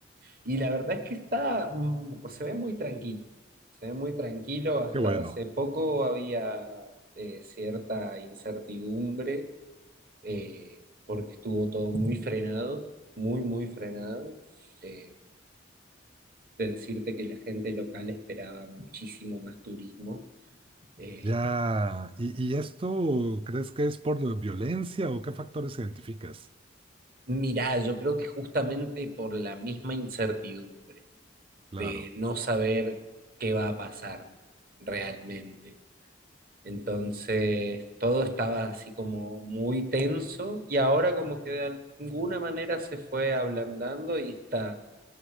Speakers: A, on the right; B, on the right.
A: y la verdad es que está, mm, se ve muy tranquilo, se ve muy tranquilo. Hasta
B: qué bueno.
A: hace poco había eh, cierta incertidumbre eh, porque estuvo todo muy frenado, muy, muy frenado. Eh, de decirte que la gente local esperaba muchísimo más turismo. Eh,
B: Ya. ¿Y, y esto crees que es por la violencia o qué factores identificas?
A: mirá, yo creo que justamente por la misma incertidumbre
B: Claro.
A: de no saber qué va a pasar realmente. Entonces, todo estaba así como muy tenso y ahora como que de alguna manera se fue ablandando y está